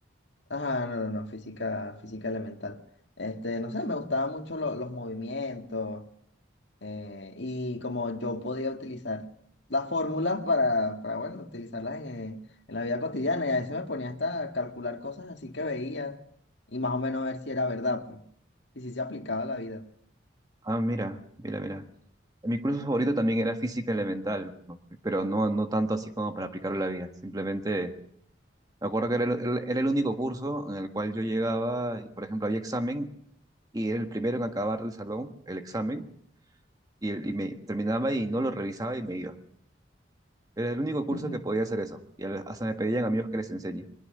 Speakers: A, on the left; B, on the right.
A: Ajá, no, no, no, física, física elemental. Este, no sé, me gustaban mucho lo- los movimientos eh, y como yo podía utilizar las fórmulas para, para, bueno, utilizarlas en, eh, en la vida cotidiana y a veces me ponía hasta a calcular cosas así que veía y más o menos ver si era verdad, pues, y si se aplicaba a la vida.
B: Ah, mira, mira, mira. Mi curso favorito también era física elemental, ¿no? Pero no, no tanto así como para aplicarlo a la vida. Simplemente me acuerdo que era el, el- era el único curso en el cual yo llegaba y, por ejemplo, había examen y era el primero en acabar el salón, el examen, y, y me terminaba y no lo revisaba y me iba. Era el único curso
A: <laughs>
B: que podía hacer eso. Y al- hasta me pedían amigos que les enseñe.